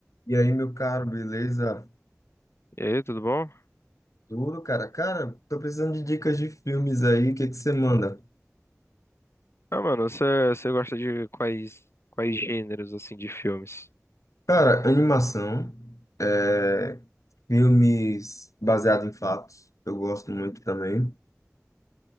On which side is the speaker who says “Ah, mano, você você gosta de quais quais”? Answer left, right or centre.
Left